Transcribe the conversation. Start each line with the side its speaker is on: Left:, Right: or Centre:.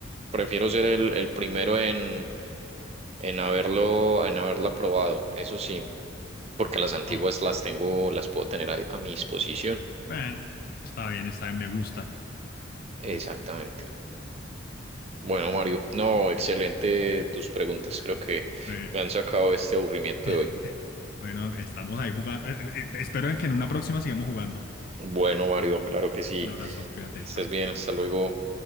Right: prefiero ser el, el primero en, en haberlo, en haberla probado, eso sí, porque las antiguas
Left: Oh,
Right: las tengo, las puedo tener a, a mi disposición.
Left: bueno, está bien, está bien, me gusta, me gusta.
Right: Exactamente. Bueno, Mario, no, excelente tus preguntas. Creo que
Left: Bueno,
Right: me han sacado este aburrimiento
Left: <laughs>
Right: de hoy.
Left: bueno, estamos ahí jugando. Eh, eh, espero en que en una próxima sigamos jugando.
Right: Bueno, Mario, claro que sí.
Left: Un abrazo, cuídate,
Right: Que
Left: chao.
Right: estés bien, hasta luego.